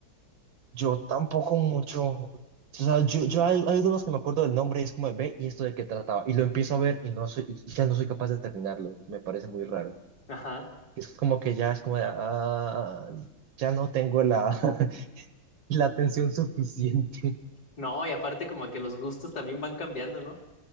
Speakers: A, on the right; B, on the left.
A: Yo tampoco mucho. O sea, yo, yo hay, hay algunos que me acuerdo del nombre y es como de ve y esto de qué trataba. Y lo empiezo a ver y no soy, y ya no soy capaz de terminarlo. Me parece muy raro.
B: Ajá.
A: Es como que ya es como de, ah, ya no tengo la, <laughs> la atención suficiente.
B: No, y aparte como que los gustos también van cambiando, ¿no?